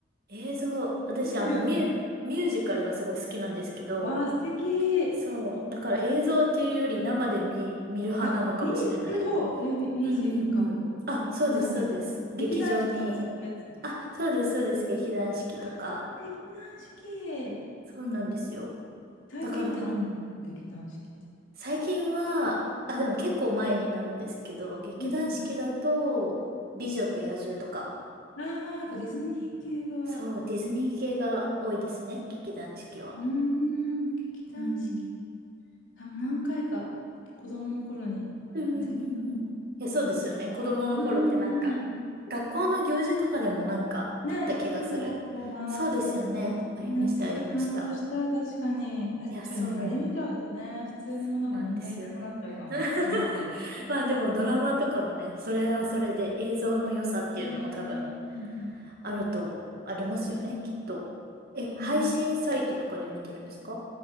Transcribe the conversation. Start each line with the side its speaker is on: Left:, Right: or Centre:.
Right: 映像、私あの、
Left: ー、YouTube。
Right: ミュ、ミュージカルがすごい好きなんですけど、
Left: わあ、素敵。
Right: そう。だから映像っていうより生で見、見る派なのかもしれない。
Left: あ、見に行く方。ミュージカル。
Right: うんうんうん。あ、そうです、
Left: なんか
Right: そうです。劇場に。
Left: 劇団四季とかそういうやつ。
Right: あ、そうです、そうです。劇団四季とか。
Left: ああ、劇団四季。
Right: そうなんですよ。
Left: 最近って何劇団四季って。
Right: だから、最近は、あ、でも結構前になるんですけど、劇団四季だと、
Left: うんうん
Right: 美女と野獣とか。
Left: ああ、やっぱディズニー系が、
Right: そう、
Left: う
Right: ディズニー系が多いですね、劇団四季は。
Left: ーん、劇団四季。
Right: うん
Left: 多分何回か子供の頃に見たけど。
Right: うん。うんうんうんうん。いや、そうですよね。子供の頃ってなんか、
Left: うんうんうん。
Right: 学校の行事とかでもなんかあった気がする。
Left: ね、行くことあったな。
Right: そうですよね。ありました、
Left: ね、すごい感動した、
Right: ありました。
Left: 確かに。確かに、
Right: いや、そう。
Left: あれ見ちゃうとね、普通のものが物足りなくなっちゃうかも。
Right: そうなんですよね。<laughs>
Left: なんで。
Right: まあでもドラマとかもね、それはそれで映像の良さっていうのも多分
Left: うん、うん、
Right: あると、ありますよね、
Left: うん、
Right: きっと。え、
Left: ん。
Right: 配信サイトとかで見てるんですか